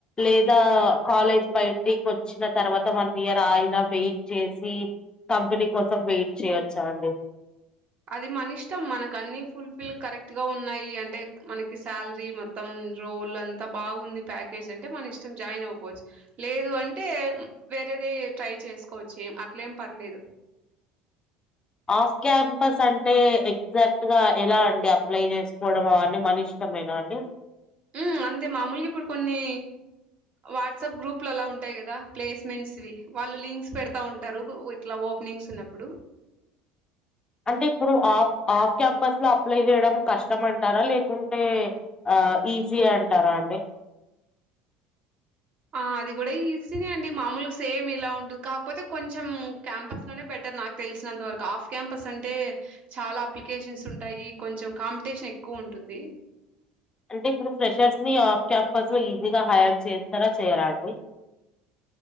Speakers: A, on the left (about 25°); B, on the right (about 45°).
A: లేదా కాలేజ్ బయటికి వచ్ వచ్చిన తర్వాత వన్ ఇయర్ ఆయిన వెయిట్ చేసి కంపెనీ కోసం వెయిట్ చేయొచ్చా అండి
B: అది మన ఇష్టం మనకు అన్ని ఫుల్ ఫిల్ కరెక్ట్ గా ఉన్నాయి అంటే మనకి శాలరీ మొత్తం మొత్తం రోల్ అంతా బాగుంది ప్యాకేజ్ అంటే మన ఇష్టం జాయిన్ అయిపోవచ్చు లేదు అంటే వేరేది ట్రై చేసుకోవచ్చు ఎం అట్లేం పర్లేదు
A: ఆఫ్ క్యాంపస్ అంటే ఎగ్జాక్ట్ గా ఎలా అండి అప్లై చేసుకోవడం అవన్నీ మనిష్ట ష్టమేనా అండి
B: ఉం అంతే మామూలుగా ఇప్పుడు కొన్ని వాట్సాప్ గ్రూప్ లు అలా ఉంటాయి కదా ప్లేస్మెంట్స్వి వాళ్ళు లింక్స్ పెడతా ఉంటారు ఇట్లా ఓపెనింగ్స్ ఉన్నప్పుడు
A: అంటే ఇప్పుడు ఆఫ్ ఆఫ్ క్యాంపస్ లో అప్లై చేయడం కష్టం అంటారా లేకుంటే ఆ ఈజీ అంటారా అండి
B: ఆ అది కూడా ఈజీనే అండి మామూలుగా సేమ్ ఇలా ఉంటుంది కాకపోతే కొంచెం క్యాంపస్ లోనే బెటర్ నాకు తెలిసినంతవరకు ఆఫ్ క్యాంపస్ అంటే చాలా అప్లికేషన్స్ ఉంటాయి కొంచెం కాంపిటేషన్ ఎక్కువ ఉంటుంది
A: అంటే ఇప్పుడు ఫ్రెషర్స్ ని ఆఫ్ క్యాంపస్ ఈజీగా హైర్ చేస్తారా చేయరండి